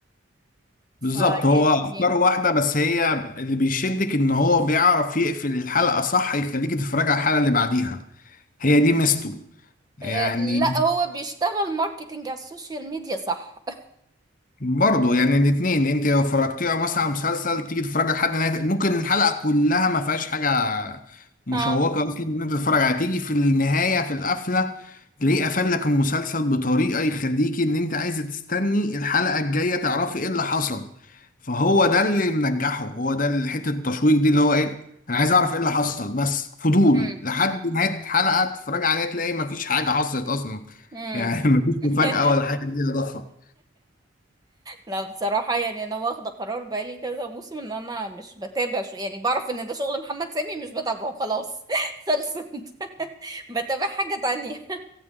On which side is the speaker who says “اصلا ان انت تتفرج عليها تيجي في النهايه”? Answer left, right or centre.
Left